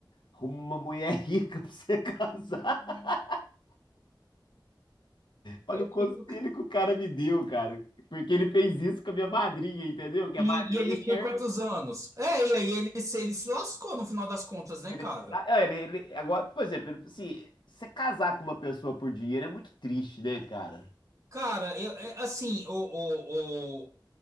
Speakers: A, on the left; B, on the right.
A: Arruma uma mulher rica <laughs> pra você casar. Olha
B: Olha
A: o
B: aqui.
A: conselho que o cara me deu, cara. Porque ele fez isso com a minha madrinha, entendeu? Que a
B: E,
A: madrinha
B: e ele
A: quer.
B: tinha quantos anos? É, e aí ele, se- ele se lascou no final das contas, né,
A: Ele,
B: cara?
A: sei lá, ah, ele, ele- agora, por exemplo, assim, você casar com uma pessoa por dinheiro é muito triste, né, cara?
B: Cara, eu- é, assim, o, o,